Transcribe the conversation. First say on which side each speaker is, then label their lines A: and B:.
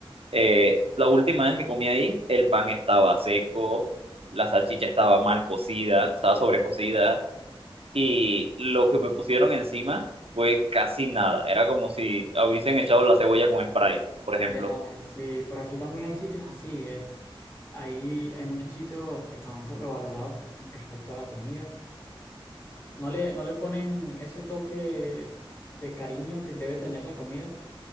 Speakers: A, on the right; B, on the left.
A: eh, la última vez que comí ahí, el pan estaba seco, la salchicha estaba mal cocida, estaba sobrecocida, y lo que me pusieron encima fue casi nada. Era como si hubiesen echado la cebolla con spray, por ejemplo.
B: Ya, sí, por aquí también hay sitios así. eh. Hay, hay muchos sitios que están sobrevalorados con respecto a la comida. No le, no le ponen ese toque de cariño que debe tener la comida.